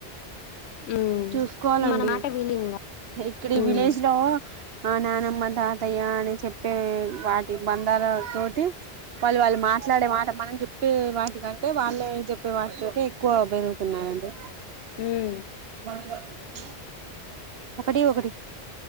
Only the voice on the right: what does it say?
చూసుకోవాలండి
ఇక్కడి ఈ
విలేజ్ లో మా నానమ్మ తాతయ్య అని చెప్పే వాటి బంధాల తోటి వాళ్ళు వాళ్ళు మాట్లాడే మాట మనం చెప్పే వాటికంటే వాళ్ళు చెప్పే వాటితో ఎక్కువ పెరుగుతున్నారండి
మంది కాద్ <inaudible> ఒకడి ఒకటి